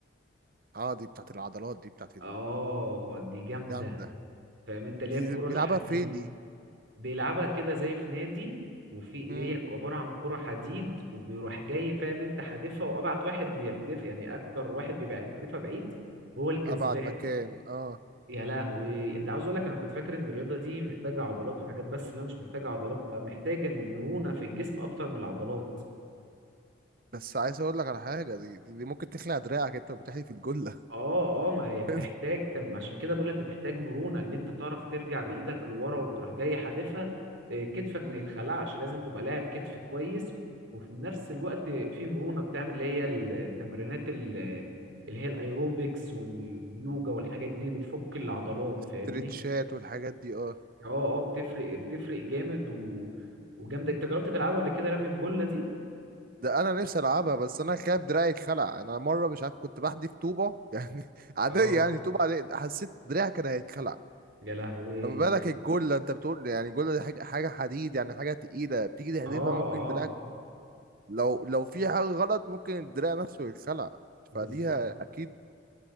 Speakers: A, on the right; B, on the right.
A: اه دي بتاعت العضلات دي بتاعت
B: اه دي جامدة
A: الجامدة
B: فاهم انت اللي
A: دي
B: هي الكرة
A: دي بيلعبها
B: الحديد
A: فين دي
B: بيلعبها كده زي في نادي وفي
A: امم
B: هي عبارة عن كرة حديد وبيروح جاي فاهم انت حادفها وابعت واحد بيحدف يعني اكتر واحد بيبقى يحدفها بعيد هو الكسبان
A: ابعد مكان اه
B: يا لهوي انت عاوز اقول لك انا كنت فاكر ان الرياضة دي محتاجة عضلات وحاجات بس لا مش محتاجة عضلات اه، محتاجة مرونة في الجسم اكتر من العضلات
A: بس عايز اقول لك على حاجة دي, دي, دي ممكن تخلع دراعك انت وبتحدي في الجلة
B: اه اه ما هي بتحتاج
A: <laughs>
B: تم عشان كده بقولك بتحتاج مرونة ان انت تعرف ترجع بايدك لورا وتروح جاي حادفها آه، كتفك
A: امم
B: ما يتخلعش لازم تبقى لاعب كتف كويس وفي نفس الوقت في مرونة بتعمل اللي هي التمرينات ال- اللي هي الايروبكس واليوجا والحاجات دي اللي بتفك العضلات
A: استرتشات
B: فاهمني
A: والحاجات دي اه
B: اه اه بتفرق بتفرق جامد و... وجامدة انت جربت تلعبها قبل كده رمي الجلة دي
A: ده انا نفسي العبها بس انا خايف دراعي اتخلع انا مره مش عارف كنت بحدف طوبه <laughs> يعني عاديه
B: اه
A: يعني طوبه عاديه حسيت دراعي كان هيتخلع
B: يا لهوي
A: فما بالك الجله <laughs> انت بتقول يعني الجله دي حاجه حاجه حديد يعني حاجه تقيله بتيجي تحدفها
B: اه
A: ممكن
B: اه
A: دراعك لو لو في حاجه غلط ممكن الدراع نفسه يتخلع
B: بالظبط
A: فليها اكيد